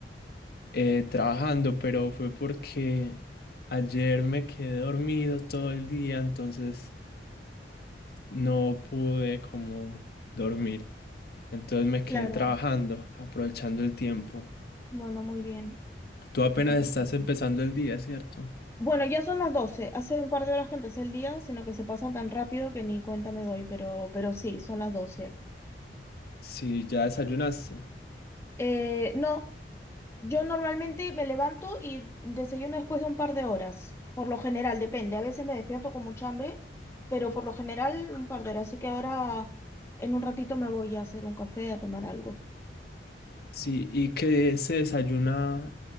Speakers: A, on the left (about 60°); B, on the left (about 15°).
A: eh, trabajando, pero fue porque ayer me quedé dormido todo el día, entonces no pude como dormir. Entonces me quedé
B: Claro,
A: trabajando, aprovechando el tiempo.
B: bueno, muy bien,
A: Tú apenas
B: hay que aprovechar.
A: estás empezando el día, ¿cierto?
B: Bueno, ya son las 12. hace un par de horas que empecé el día, sino que se pasan tan rápido que ni cuenta me doy, pero, pero sí, son las 12.
A: Sí, ya desayunaste.
B: Eh, no, Yo normalmente me levanto y desayuno después de un par de horas, por lo general, depende. A veces me despierto con mucha hambre, pero por lo general un par de horas. Así que ahora en un ratito me voy a hacer un café, a tomar algo.
A: Sí, y que se desayuna